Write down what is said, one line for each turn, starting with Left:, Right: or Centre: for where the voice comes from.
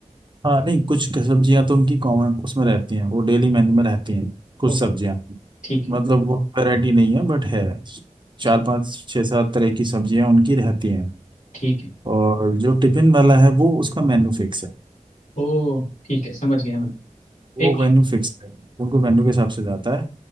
Right: हाँ नहीं कुछ सब्जियां तो उनकी कॉमन उसमें रहती हैं वो डेली मेन्यू में रहती हैं कुछ
Left: ओ
Right: सब्जियां
Left: ठीक है
Right: मतलब वो वैरायटी नहीं है बट है चार
Left: ठीक
Right: पांच छह सात तरह की सब्जियां उनकी रहती हैं
Left: ठीक है
Right: और जो टिफिन वाला है वो उसका मेन्यू फिक्स है
Left: ओ ठीक है समझ गया मैं
Right: वो
Left: एक
Right: मेन्यू फिक्स है उनको मेन्यू के हिसाब से जाता है